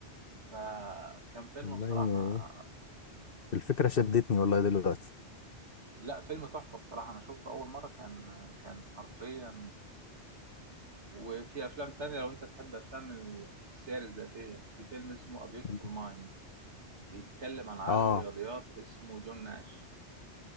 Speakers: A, on the right; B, on the left.
A: فكان فيلم
B: والله
A: بصراحة
B: إن الفكرة شدتني والله دلوقتي
A: لا فيلم تحفة بصراحة أنا شفته أول مرة كان كان حرفيا وفي أفلام تانية لو أنت تحب أفلام السير الذاتية في فيلم اسمه A Beautiful
B: مم.
A: Mind بيتكلم عن عالم
B: اه
A: رياضيات اسمه جون ناش